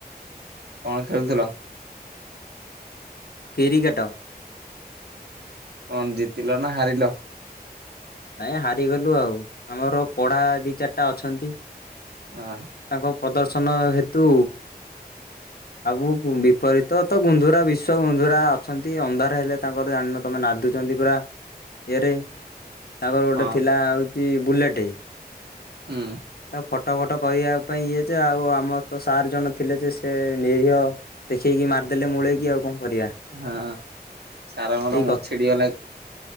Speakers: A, on the right (about 80°); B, on the left (about 65°).
A: କଣ ଖେଳୁଥିଲ?
B: କିରିକେଟ।
A: କଣ ଜିତିଲ ନା ହାରିଲ?
B: ନାଇଁ ହାରିଗଲୁ ଆଉ ଆମର କଢା ଦି ଚାରିଟା ଅଛନ୍ତି।
A: ହଁ।
B: ତାଙ୍କ ପ୍ରଦର୍ଶନ ହେତୁ ଆଉ ବିପରୀତ ତ ଗୁନ୍ଧୁରା ବିଶ୍ୱ ଗୁନ୍ଧୁରା ଅଛନ୍ତି ଅନ୍ଧାର ହେଲେ ତାଙ୍କର ଜାଣିନ ତମେ ନାଧୁଛନ୍ତି ପୁରା ଇଏରେ ତାଙ୍କର ଗୋଟେ
A: ହଁ
B: ଥିଲା ହେଉଛି ବୁଲେଟ୍
A: ହୁଁ।
B: ତାକୁ ଫଟୋ ଫଟୋ କରିବା ପାଇଁ ଇଏ ଯେ ଆଉ ଆମର ତ ସାର୍ ଜଣ ଥିଲେ ଯେ ସେ ନିରିହ ଦେଖେଇକି ମାରିଦେଲେ ମୁୂଳେଇକି ଆଉ କଣ କରିବା।
A: ହଁ ସାରଙ୍ଗର
B: ଏଇ
A: ମୁଁ
B: କଥା
A: ଛିଡିଗଲା।